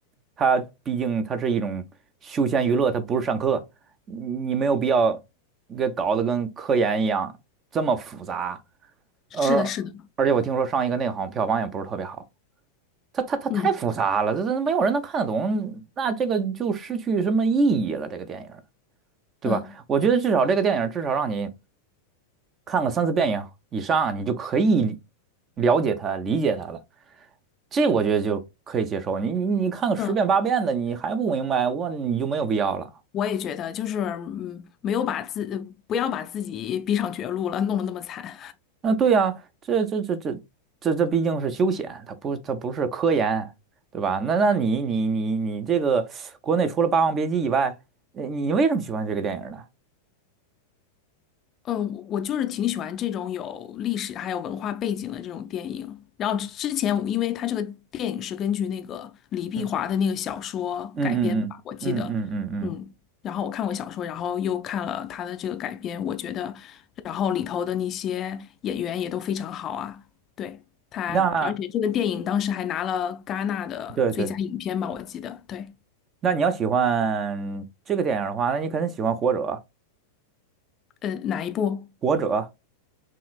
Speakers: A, on the right; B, on the left.
A: 它毕竟它是一种休闲娱乐，它不是上课，你没有必要给搞得跟科研一样这么复杂，
B: 是的，
A: 而而且我听说上一个那个好像票房也不是特别好，
B: 是的。
A: 它它它太复杂了，
B: 嗯
A: 这这没有人能看得懂，那这个就失去什么意义了，这个电影儿对吧？
B: 嗯
A: 我觉得至少这个电影儿至少让你。看个三四遍以以上啊，你就可以了解它、理解它了。这我觉得就可以接受。你你你看个十遍八遍的，
B: 嗯，
A: 你还不明白，我你就没有必要了。
B: 我也觉得，就是嗯，没有把自呃不要把自己逼上绝路了，弄得那么惨。
A: 那对呀，这这这这这这毕竟是休闲，它不它不是科研，对吧？那那你你你你这个国内除了《霸王别姬》以外，呃你为什么喜欢这个电影呢？
B: 嗯，我我就是挺喜欢这种有历史还有文化背景的这种电影。然后之之前我因为它这个电影是根据那个李碧华的那个小说改编的吧，
A: 嗯嗯嗯嗯嗯嗯嗯嗯，
B: 我记得，嗯。然后我看过小说，然后又看了他的这个改编，我觉得，然后里头的那些演员也都非常好啊。对，他，
A: 那
B: 而且这个电影当时还拿了戛纳的最佳影片吧，
A: 对对，
B: 我记得。对，
A: 那你要喜欢这个电影的话，那你肯定喜欢《活着》。
B: 呃，哪一部？
A: 活着